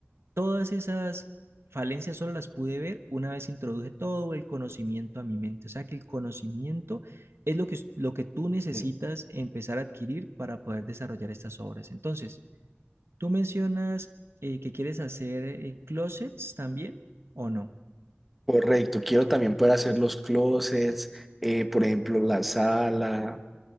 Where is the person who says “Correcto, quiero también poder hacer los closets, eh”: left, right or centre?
Centre